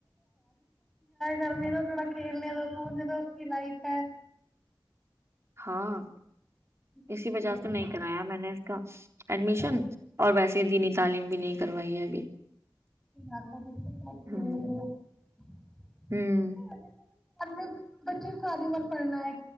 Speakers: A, in the centre; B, on the right.
A: کرنے تو تھوڑا کھیلنے دو کودنے تو اس کی لائف ہے
B: ہاں
A: بالکل
B: اسی
A: صحیح
B: وجہ
A: کہہ
B: سے تو نہیں
A: رہی
B: کرایا میں نے اس کا ایڈمیشن
A: ہو
B: اور ویسے ہی دیینی تھی تعلیم بھی نہیں کروائی ہے ابھی
A: <unintelligible>
B: ہوں ہوں
A: ال میں بچے کو ساری بار پڑھنا ہے